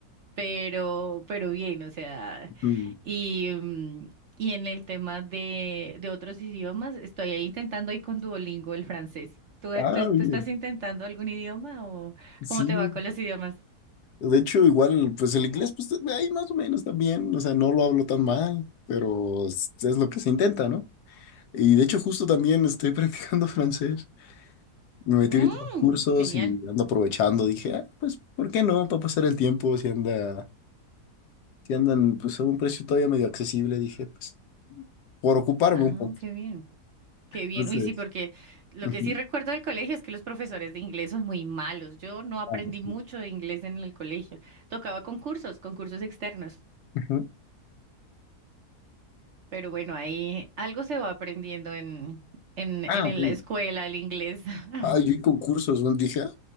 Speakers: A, on the right; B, on the left.
A: pero, pero bien, o sea,
B: Ujú.
A: y, mm, y en el tema de, de otros idiomas, estoy ahí intentando ahí con Duolingo el francés. ¿Tú,
B: Ah,
A: tú,
B: bien.
A: tú estás intentando algún idioma o
B: Sí,
A: cómo te va con los idiomas?
B: de hecho, igual, pues el inglés, pues ahí más o menos también, o sea, no lo hablo tan mal, pero es es lo que se intenta, ¿no? Y de hecho justo también estoy practicando <laughs> francés. Me metí
A: Mm,
B: ahorita en los cursos
A: genial.
B: y ando aprovechando. Dije, "Ah, pues, ¿por qué no? Para pasar el tiempo, si anda, si andan pues a un precio todavía medio accesible, dije, pues, por ocuparme
A: Ah,
B: un poco.
A: qué bien. Qué bien.
B: Entonces,
A: Uy, sí, porque lo
B: ujú.
A: que sí recuerdo del colegio es que los profesores de inglés son muy malos. Yo no aprendí
B: Ah, sí.
A: mucho de inglés en el colegio. Tocaba concursos, concursos externos.
B: Ujú.
A: Pero bueno, ahí algo se va aprendiendo en, en,
B: Ah,
A: en
B: ok.
A: la escuela, el inglés. <laughs>
B: Ah, yo y concursos, ¿no? dije, ah,